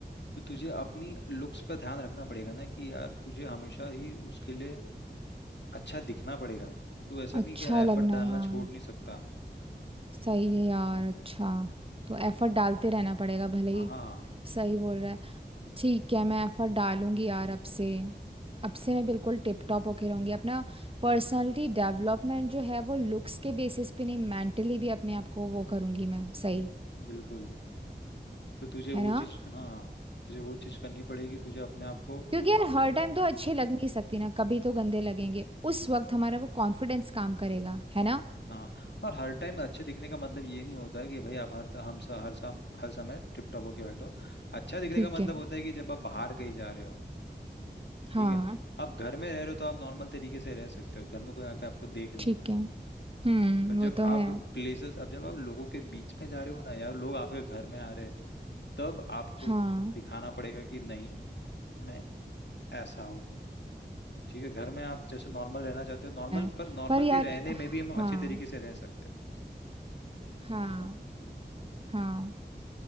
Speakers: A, on the left; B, on the right.
A: तो तुझे अपनी लुक्स पर ध्यान रखना पड़ेगा ना कि यार तुझे हमेशा ही उसके लिए अच्छा दिखना पड़ेगा तू ऐसा
B: अच्छा
A: नहीं कि एफर्ट
B: लगना
A: डालना
B: हाँ
A: छोड़ नहीं सकता
B: सही है यार अच्छा
A: हम्म।
B: तो एफर्ट डालते रहना पड़ेगा भले
A: हाँ
B: ही सही बोल रहा है ठीक है मैं एफर्ट डालूंगी यार अब से अब से मैं बिल्कुल टिप टॉप होके रहूंगी अपना पर्सनालिटी डेवलपमेंट जो है वो लुक्स के बेसिस पे नहीं मेंटली भी अपने आप को वो करूंगी मैं सही
A: न- बिल्कुल तो तुझे वो
B: है ना
A: चीज़ हाँ तुझे वो चीज़ करनी पड़ेगी तुझे अपने आप को
B: क्योंकि यार हर टाइम तो अच्छे लग नहीं सकती ना कभी तो गंदे लगेंगे उस वक्त हमारा वो कॉन्फिडेंस काम करेगा है ना
A: हाँ और हर टाइम अच्छे दिखने का मतलब ये नहीं होता है कि भाई आप हर हम सा, हर शाम हर समय टिप टॉप होके बैठो अच्छा दिखने
B: ठीक
A: का मतलब
B: है
A: होता है कि जब आप बाहर कहीं जा रहे हो
B: हाँ
A: ठीक है आप घर में रह रहे हो तो आप नॉर्मल तरीके से रह सकते हो घर में कोई आके आपको देख नहीं
B: ठीक
A: रहा
B: है हम्म
A: पर जब
B: वो तो
A: आप
B: है
A: प्लेसेस अब जब आप लोगों के बीच में जा रहे हो ना यार लोग आपके घर में आ रहे हैं तब आपको
B: हाँ
A: दिखाना पड़ेगा कि नहीं मैं ऐसा हूँ ठीक है घर में आप जैसे नॉर्मल रहना चाहते हो नॉर्मल
B: है
A: पर नॉर्मल
B: पर यार
A: भी रहने
B: हाँ
A: में भी हम अच्छे तरीके से रह सकते हैं
B: हाँ
A: है ना हम्म
B: हाँ